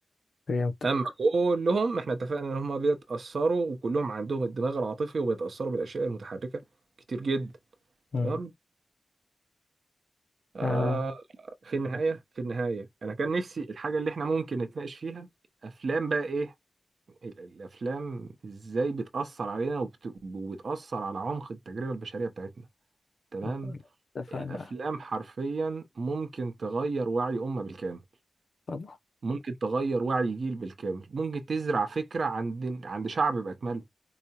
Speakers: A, on the left (about 55°); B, on the right (about 75°).
A: فهمتك
B: اما كلهم احنا اتفقنا ان هم بيتاثروا وكلهم عندهم الدماغ العاطفي وبيتاثروا بالاشياء المتحركه كتير جدا
A: مم.
B: تمام آه
A: آه.
B: في النهايه في النهايه انا كان نفسي الحاجه اللي احنا ممكن نتناقش فيها افلام بقى ايه ال- الافلام ازاي بتاثر علينا وبت... وبتاثر على عمق التجربه البشريه بتاعتنا تمام
A: طب اتفقنا
B: الافلام حرفيا ممكن تغير وعي امه بالكامل
A: طبعا
B: ممكن تغير وعي جيل بالكامل ممكن تزرع فكره عند عند شعب باكمله